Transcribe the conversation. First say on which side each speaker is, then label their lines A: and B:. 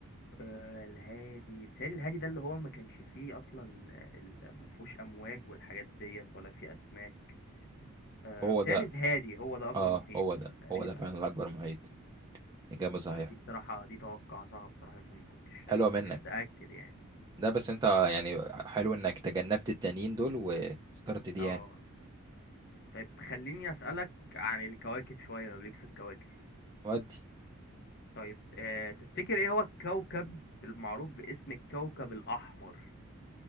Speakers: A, on the left; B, on the right.
A: آه الهادي متهيألي الهادي ده اللي هو ما كانش فيه أصلا ال- ما فيهوش أمواج والحاجات ديت ولا فيه أسماك آه
B: هو
A: متهيألي
B: ده
A: الهادي هو ده أكبر
B: اه
A: محيط
B: هو ده
A: تقريبا
B: هو ده فعلا الاكبر محيط اجابه صحيحه
A: فدي بصراحة دي توقعتها بصراحة لكن ما كنتش
B: حلوه
A: ما
B: منك
A: كنتش متأكد يعني
B: ده بس انت يعني حلو انك تجنبت التانيين دول واخترت دي
A: اه
B: يعني
A: طيب خليني أسألك عن الكواكب شوية لو ليك في الكواكب
B: ودي
A: طيب آه تفتكر ايه هو الكوكب المعروف باسم الكوكب الأحمر